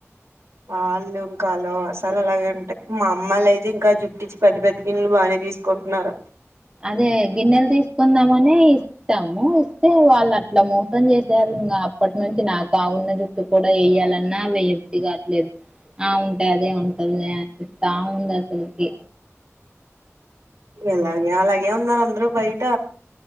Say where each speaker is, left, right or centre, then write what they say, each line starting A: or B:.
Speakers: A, on the right; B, on the right.
A: వాళ్ళు ఇంకాలో అసలు అలాగే ఉంటాయి మా అమ్మలు అయితే ఇంకా జుట్టించి పెద్ద పెద్ద గిన్నెలు బాగానే తీసుకుంటున్నారు
B: అదే గిన్నెలు తీసుకుందామని ఇస్తాము ఇస్తే వాళ్ళు అట్లా మోసం చేసారు ఇం అప్పటి నుంచి నా కా ఉన్న జుట్టు కూడా వేయ్యాలన్నా వ్యది కావట్లేదు ఆవును టదే ఉంటాదిలే అన్పిస్తా ఉంది అసలుకి
A: ఎలాగే అలాగే ఉన్నారు అందరూ బయట